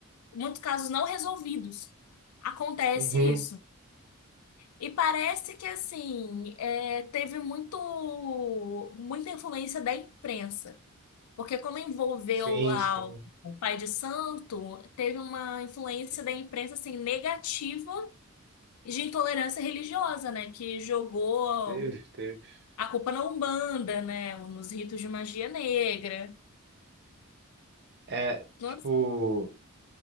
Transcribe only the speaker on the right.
Uhum.
Sim,
sim.
Teve, teve.
É,
tipo,